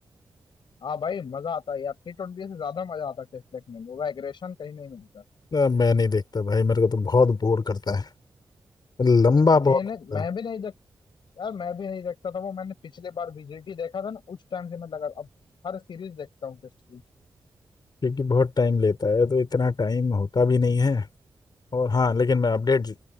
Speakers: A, on the left; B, on the left.
A: हाँ भाई मजा आता है यार टी ट्वेंटी से ज्यादा मजा आता है टेस्ट देखने में वो एग्रेशन कहीं नहीं मिलता
B: ना, मैं नहीं देखता भाई मेरे को तो बहुत बोर करता है लंबा
A: मैंने
B: बहुत होता
A: मैं
B: है
A: भी नहीं देख यार मैं भी नहीं देखता था वो मैंने पिछले बार बीजीटी देखा था ना उस टाइम से मैं लगा अब हर सीरीज देखता हूँ टेस्ट की
B: क्योंकि बहुत टाइम लेता है तो इतना टाइम होता भी नहीं है और हाँ लेकिन मैं अपडेट